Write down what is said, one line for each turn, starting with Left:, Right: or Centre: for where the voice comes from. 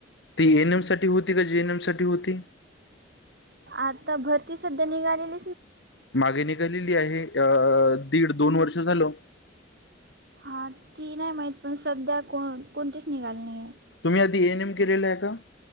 Left: ती एएनएम साठी होती का जीएनएम साठी होती?
Right: आता भरती सध्या निघालेली
Left: मागे निघालेली आहे, अ दीड दोन वर्ष झालं?
Right: हां ती नाही माहीत, पण सध्या कोण कोणतीच निघाली नाही आहे.
Left: तुम्ही आधी एनएम केलेलं आहे का?